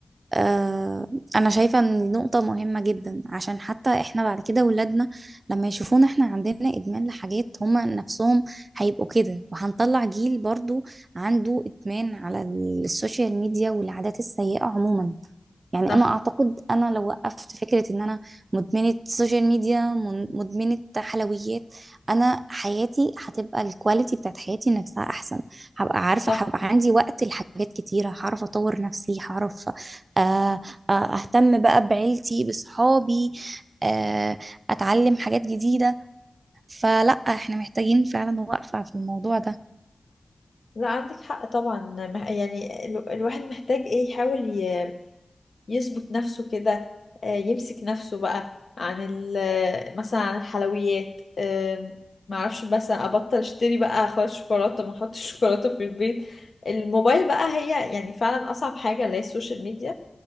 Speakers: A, on the right; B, on the left.
A: آه، انا شايفة ان دي نقطة مهمة جدا عشان حتى احنا بعد كده ولادنا لما يشوفونا احنا عندنا ادمان لحاجات هما نفسهم هيبقوا كده وهنطلع جيل برضو عنده ادمان على السوشيال ميديا والعادات السيئة عموما يعني
B: صح
A: انا اعتقد انا لو وقفت فكرة ان انا مدمنة سوشيال ميديا من- مدمنة حلويات انا حياتي هتبقى الكواليتي بتاعت حياتي نفسها احسن هبقى عارفة
B: صح
A: هبقى عندي وقت لحاجات كتيرة هعرف اطور نفسي هعرف آه، آه، اهتم بقى بعيلتي بصحابي آه، اتعلم حاجات جديدة فلا احنا محتاجين فعلا وقفة في الموضوع ده
B: لا عندك حق طبعا مه- يعني ال- الواحد محتاج ايه يحاول ي- يظبط نفسه كده آه، يمسك نفسه بقى عن ال- مثلا عن الحلويات آم، معرفش بس ابطل اشتري بقى خالص شوكولاتة ما احطش <laughs> شوكولاتة في البيت الموبايل بقى هي يعني فعلا اصعب حاجة اللي هي السوشيال ميديا